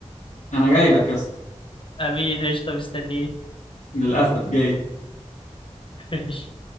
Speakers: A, on the left; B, on the left.
A: انا جاي لك يا اسطى
B: امين قشطه مستنيك
A: للاسف جاي
B: <laughs> ماشي